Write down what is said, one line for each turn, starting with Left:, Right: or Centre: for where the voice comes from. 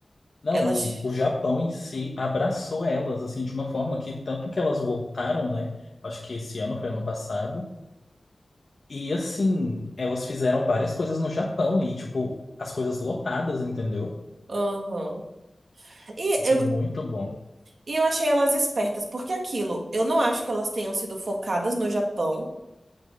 Left: Não,
Right: Elas.
Left: o, o Japão em si abraçou elas, assim, de uma forma que tanto que elas voltaram, né? Acho que esse ano foi ano passado. E assim, elas fizeram várias coisas no Japão e, tipo, as coisas lotadas, entendeu?
Right: <laughs> Aham. E
Left: Assim,
Right: eu,
Left: muito bom.
Right: e eu achei elas espertas, porque aquilo, eu não acho que elas tenham sido focadas no Japão.